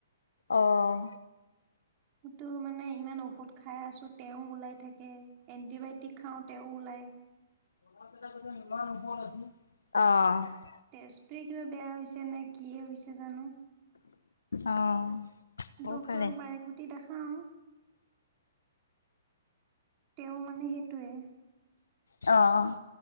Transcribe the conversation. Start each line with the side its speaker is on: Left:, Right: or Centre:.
Left: আহ!
Right: টো মানে ইমান ঔষধ খাই আছোঁ তেওঁ ওলাই থাকে এণ্টিবায়টিক খাওঁ তেওঁ ওলায়,
Left: ইমানৰ আ অ'
Right: তেজপুৰ কিবা বেয়া হৈছে নে কি হৈছে জানো।
Left: অ! হ'ব
Right: ডক্ক্তৰক
Left: পাৰে।
Right: বাৰেকুটি দেখাও তেওঁ মানে সেইটোৱে
Left: অ'